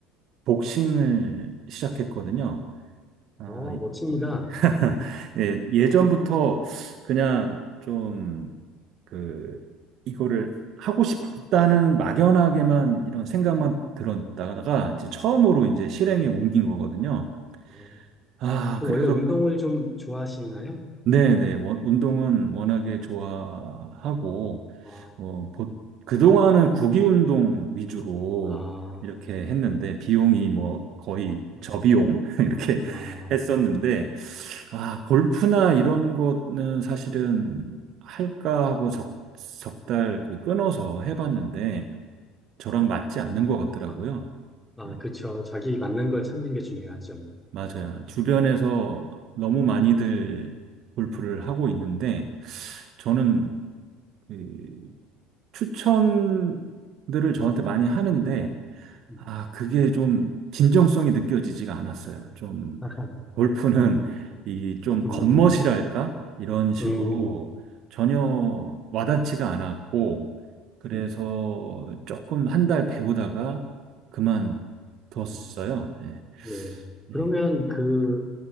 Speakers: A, on the right; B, in the centre.
A: 복싱을 시작했거든요. 아,
B: 어, 멋집니다.
A: <laughs> 예, 예전부터 그냥 좀, 그, 이거를 하고 싶다는 막연하게만 이런 생각만 들었다가 이제 처음으로
B: 어,
A: 이제 실행에 옮긴 거거든요.
B: 어.
A: 아,
B: 그럼
A: 그래서
B: 원래 운동을 좀 좋아하시나요?
A: 네네. 워- 운동은 워낙에 좋아하고,
B: 아,
A: 어, 보, 그동안은 구기 운동 위주로
B: 아,
A: 이렇게 했는데, 비용이 뭐 거의
B: 음,
A: 저비용? <laughs> 이렇게
B: 아,
A: 했었는데, 아, 골프나 이런 거는 사실은 할까 하고 적, 적달 그 끊어서 해봤는데, 저랑 맞지 않는 것 같더라고요.
B: 아, 아,
A: 예,
B: 그쵸. 자기 맞는 걸 찾는 게 중요하죠.
A: 맞아요. 주변에서 너무 많이들 골프를 하고 있는데, 저는 이 추천들을 저한테 많이 하는데,
B: <laughs> 음,
A: 아, 그게 좀 진정성이 느껴지지가 않았어요. 좀
B: 아하,
A: 골프는 <laughs> 이 좀
B: 음,
A: 겉멋이랄까? 이런 식으로
B: 음,
A: 전혀 와닿지가 않았고, 그래서
B: 음,
A: 조금 한 달 배우다가 그만뒀어요.
B: 음.
A: 예,
B: 예.
A: 네,
B: 그러면 그